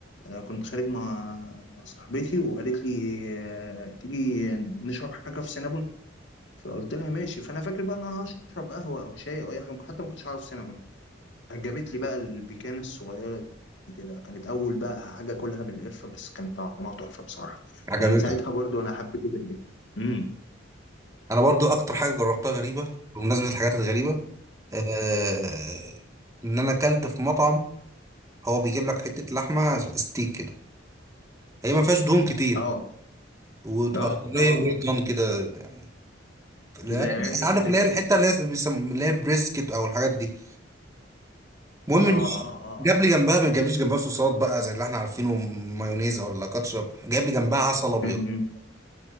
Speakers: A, on the left (about 70°); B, on the right (about 15°).
A: آه، كنت خارج مع مع صاحبتي وقالت لي آه، تيجي نشرب حاجة في سينابون فقلت لها ماشي فأنا فاكر بقى إن أنا هشرب قهوة أو شاي أو أي حاجة حتى ما كنتش أعرف سينابون جابت لي بقى البيكان الصغيرة دي كده كانت أول بقى حاجة أكلها بالقرفة بس كان طعمها تحفة بصراحة
B: عجبتك
A: ومن ساعتها برضو أنا حبيته جدا امم
B: انا برضو اكتر حاجه جربتها غريبه بمناسبه الحاجات الغريبه آه ان انا اكلت في مطعم هو بيجيب لك حته لحمه ستيك كده هي ما فيهاش دهون كتير
A: اه
B: وتبقى
A: اه اه
B: طريه
A: آه.
B: ويل دون كده بتاع. لا،
A: زي عرق الفليتو
B: عارف اللي هي الحته
A: كده
B: اللي هي بيسم- اللي هي بريسكت او الحاجات دي المهم
A: اه
B: إن
A: اه اه
B: جاب
A: اه
B: لي جنبها ما جابليش جنبها صوصات بقى زي اللي احنا عارفينه مايونيز او ولا كاتشب جاب لي جنبها عسل ابيض
A: مهم.